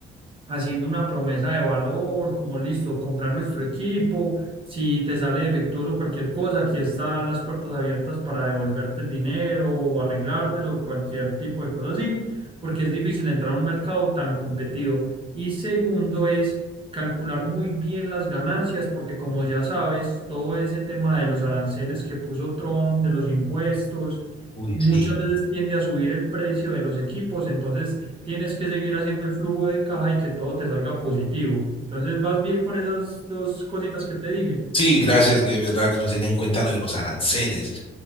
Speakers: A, on the right; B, on the left.
A: haciendo una promesa de valor, como listo, comprar nuestro equipo, si te sale defectuoso cualquier cosa, aquí están las puertas abiertas para devolverte el dinero o arreglártelo, cualquier tipo de cosa así, porque es difícil entrar a un mercado tan competido. Y segundo es calcular muy bien las ganancias, porque como ya sabes, todo ese tema de los aranceles que puso Trump, de los impuestos,
B: Uy,
A: muchas
B: sí.
A: veces tiende a subir el precio de los equipos, entonces tienes que seguir haciendo el flujo de caja y que todo te salga positivo. Entonces, ¿vas bien con esas dos cositas que te dije?
B: Sí, gracias, que es verdad que no tenía en cuenta lo de los aranceles,